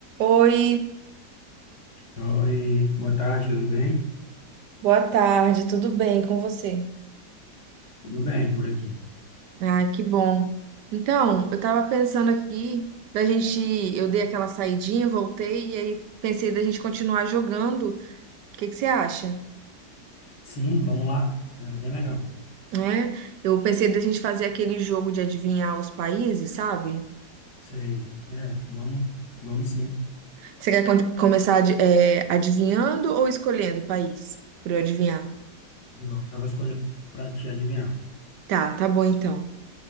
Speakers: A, on the right (about 75°); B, on the left (about 70°).
A: Oi,
B: Oi, boa tarde, tudo bem?
A: boa tarde, tudo bem com você?
B: Tudo bem por aqui.
A: Ah, que bom. Então, eu tava pensando aqui da gente, eu dei aquela saidinha, voltei e aí pensei da gente continuar jogando. O que que você acha?
B: Sim, vamos lá. Era bem legal.
A: Né? Eu pensei da gente fazer aquele jogo de adivinhar os países, sabe?
B: Sei. É, vamos, vamos sim.
A: Você quer con- começar ad- eh, adivinhando ou escolhendo o país para eu adivinhar?
B: Agora eu vou escolher para te adivinhar.
A: Tá, tá bom então.